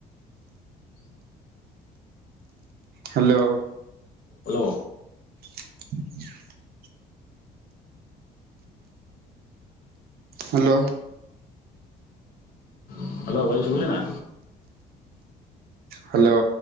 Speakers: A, on the right; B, on the left.
A: Hello.
B: Hello.
A: <inaudible> Hello.
B: Hello ଭାଇ ଶୁଭୁଛି ନା।
A: ହ୍ୟାଲୋ।